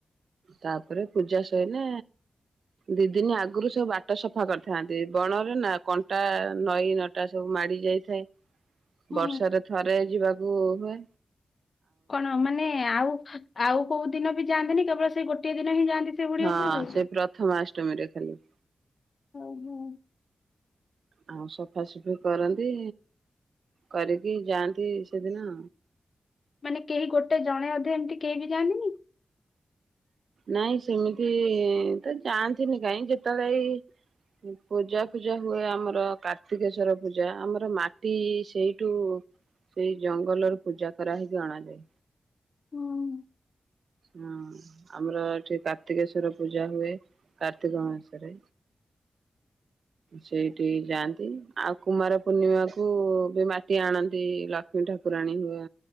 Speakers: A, on the right; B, on the left.
A: ତାପରେ ପୂଜା ସଇଁନେ ଦି ଦିନ ଆଗୁରୁ ସବୁ ବାଟ ସଫା କରିଥାନ୍ତି। ବଣରେ ନା କଣ୍ଟା ନଈ ନଟା ସବୁ ମାଡି ଯାଇଥାଏ।
B: ହୁଁ
A: ବର୍ଷ ରେ ଥରେ ଯିବାକୁ ଓ
B: କଣ ମାନେ ଆଉ ଆଉ କୋଉ ଦିନ ବି ଯାଆନ୍ତିନି। କେବଳ ସେଇ ଗୋଟିଏ ଦିନ ହିଁ ଯାଆନ୍ତି। ସେ ବୁଢୀ
A: ହଁ
B: ଉପରକୁ।
A: ସେ ପ୍ରଥମା ସ ଅଷ୍ଟମିରେ ଖାଲି।
B: ହଉ ହଉ।
A: ଆଉ ସଫାସୁଫି କରନ୍ତି। କରିକି ଯାଆନ୍ତି ସେଦିନ
B: ମାନେ କେହି ଗୋଟେ ଜଣେ ଅଧେ ଏମତି କେହି ବି ଯାଆନ୍ତିନି।
A: ନାଇଁ ସେମିତି ତ ଯାଆନ୍ତିନି କାଇଁ। ଯେତେବେଳେ ଏଇ ପୂଜା ଫୂଜା ହୁଏ ଆମର କାର୍ତ୍ତିକେଶ୍ଵର ପୂଜା ଆମର ମାଟି ସେଇଠୁ ସେଇ ଜଙ୍ଗଲର ପୂଜା କରା ହେଇକି ଅଣାଯାଏ।
B: ହୁଁ
A: ହଁ ଆମର ଏଠି କାର୍ତ୍ତିକେଶ୍ଵର ପୂଜା ହୁଏ। କାର୍ତ୍ତିକ ମାସରେ ସେଇଠି ଯାଆନ୍ତି ଆଉ କୁମାର ପୂର୍ଣ୍ଣିମାକୁ ବି ମାଟି ଆଣନ୍ତି। ଲକ୍ଷ୍ମୀ ଠାକୁରାଣୀ ହୁଏ